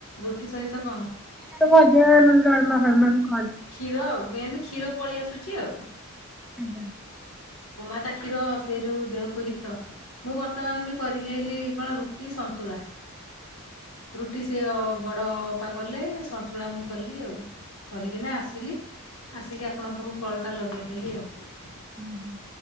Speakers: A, on the left; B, in the centre.
A: ରୁଟି ସହିତ? କଣ
B: ତ ଭଜ ନ ଡ଼ାଳମା ଖଳମା ସବୁ
A: କ୍ଷୀର ଆଉ ମେନ୍ କ୍ଷୀର ପଳେଇ ଆସୁଛି ଆଉ
B: ଆଜ୍ଞା
A: ଗୋମାତା କ୍ଷିର ସେ ଯୋଉ ଦେହକୁ ହିତ ମୁଁ ବର୍ତ୍ତମାନ ବି କରିକି ଆଇଲି କଣ ରୁ ଟି ସନ୍ତୁଳା ରୁଟି ସେଅ ବଡ ଅପା କଲେ ସନ୍ତୁଳା ମୁଁ କଲି ଆଉ କରିକିନା ଆସିଲି ଆସିକି ଆପଣଙ୍କ ପାଖକୁ କଲ୍ ଟା ଲଗେଇଦଲି ଆଉ
B: <inaudible>